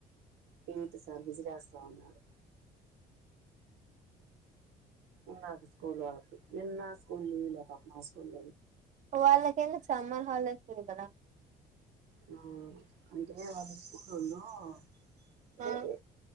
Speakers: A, on the right (about 80°); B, on the right (about 45°).
A: ప సార్ విజలా స్వామిడు ఉన్నది స్కూల్ వాళ్ళకి నిన్న స్కూల్ లీవ్ లే మా స్కూల్
B: వాళ్ళకి ఎందు సమ్మర్ హాల కదా
A: ఆ అకే అ స్కూల్న్నారే
B: ఆ
A: రే